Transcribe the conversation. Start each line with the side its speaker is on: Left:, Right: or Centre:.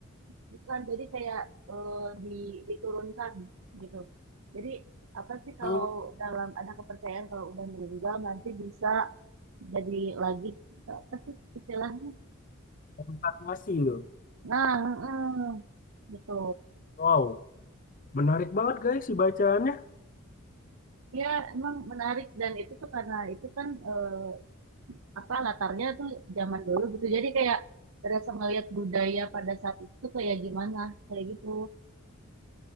Right: Bukan, jadi kayak eh, di, diturunkan gitu. Jadi apa sih kalau
Left: Oh,
Right: dalam ada kepercayaan kalau udah meninggal nanti bisa jadi lagi gitu. apa sih istilahnya?
Left: konfirmasi gitu.
Right: Nah, mm, gitu.
Left: Wow, menarik banget guys si bacaannya.
Right: Ya emang menarik dan itu tuh karena itu kan eh, apa latarnya tuh zaman dulu gitu. Jadi kayak terasa ngeliat budaya pada saat itu kayak gimana kayak gitu.